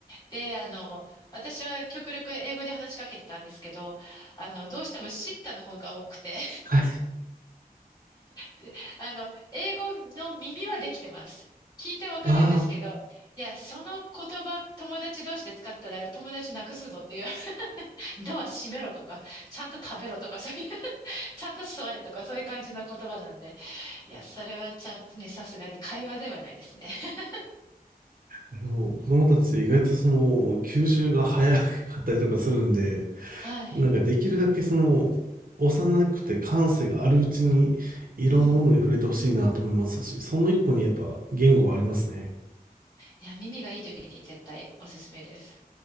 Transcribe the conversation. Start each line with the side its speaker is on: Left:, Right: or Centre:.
Left: で、あの、私は極力英語で話しかけてたんですけど、あの、どうしてもシッタの方が多くて
Right: はい。
Left: であの、英語の耳はできてます。聞いてわかるんですけど、
Right: あ
Left: いや、その言葉、友達同士で使ったら友達なくすぞっていう、<laughs> ドア閉めろとか、ちゃんと食べろとか、そういう、ちゃんと座れとか、そういう感じの言葉なんで、いや、それはちゃんとね、さすがに会話ではないですね。<laughs>
Right: あ、あの、子供たち意外とその、吸収が早かったりとかするんで、
Left: はい。
Right: なんかできるだけその、幼くて感性があるうちに、いろんなものに触れてほしいなと思いますし、
Left: うん。
Right: その一個にやっぱ言語はありますね。
Left: いや、耳がいい時に絶対おすすめです。